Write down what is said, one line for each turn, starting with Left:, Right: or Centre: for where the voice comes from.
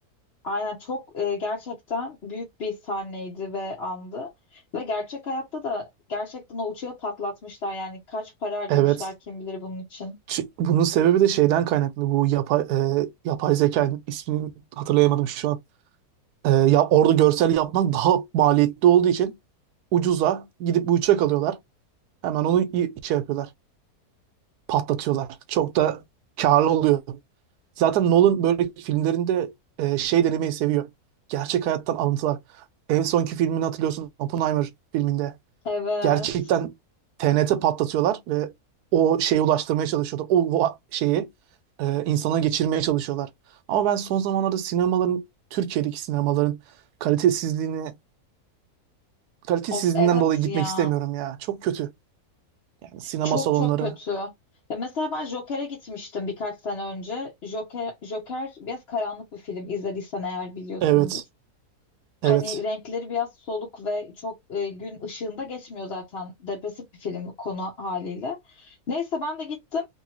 Left: aynen çok e, gerçekten büyük bir sahneydi ve andı. Ve gerçek hayatta da gerçekten o uçağı patlatmışlar. Yani kaç para harcamışlar
Right: Evet.
Left: kim bilir bunun için.
Right: Ç- Bunun sebebi de şeyden kaynaklı. Bu yapay, e, yapay zeka ismini hatırlayamadım şu an. E, ya orada görsel yapmak daha maliyetli olduğu için ucuza gidip bu uçak alıyorlar. Hemen onu i- şey yapıyorlar. Patlatıyorlar. Çok da karlı oluyor. Zaten Nolan böyle filmlerinde e, şey denemeyi seviyor. Gerçek hayattan alıntılar. En sonki filmini hatırlıyorsun. Oppenheimer filminde
Left: Evet.
Right: gerçekten TNT patlatıyorlar ve o şeyi ulaştırmaya çalışıyorlar. O, o şeyi e, insana geçirmeye çalışıyorlar. Ama ben son zamanlarda sinemaların, Türkiye'deki sinemaların kalitesizliğini, kalitesizliğinden
Left: Of evet
Right: dolayı gitmek
Left: ya.
Right: istemiyorum ya. Çok kötü. Yani sinema
Left: Çok
Right: salonları.
Left: çok kötü. Ya mesela ben Joker'e gitmiştim birkaç sene önce. Joker, Joker biraz karanlık bir film. İzlediysen eğer biliyorsundur.
Right: Evet,
Left: Hani
Right: evet,
Left: renkleri biraz soluk ve çok e, gün ışığında geçmiyor zaten. Depresif bir film bu konu haliyle. Neyse ben de gittim.